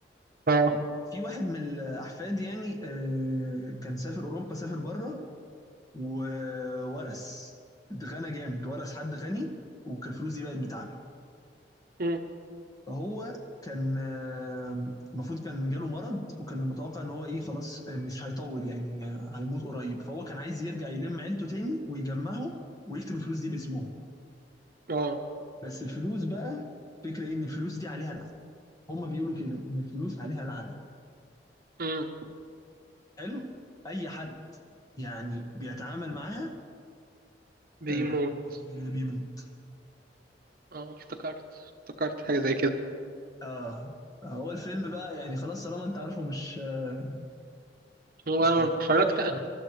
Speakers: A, on the right; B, on the left.
A: اه
B: في واحد من الاحفاد يعني آه، كان سافر اوروبا سافر بره وورث اتغنى جامد ورث حد غني وكان الفلوس دي بقت بتاعته
A: مم.
B: هو كان آه، المفروض كان جاله مرض وكان المتوقع ان هو ايه خلاص آه، مش هيطول يعني آه، هيموت قريب فهو كان عايز يرجع يلم عيلته تاني ويجمعهم ويكتب الفلوس دي باسمهم
A: اه
B: بس الفلوس بقى فكرة ايه ان الفلوس دي عليها لعنة هم بيقولوا كده ان الفلوس عليها لعنة
A: مم.
B: حلو اي حد يعني بيتعامل معاها
A: بيموت
B: آه، بيموت
A: اه افتكرت افتكرت حاجة زي كده
B: اه هو الفيلم بقى يعني خلاص طالما انت عارفه مش آه،
A: وانا
B: مش هطول
A: اتفرجت
B: فيه يعني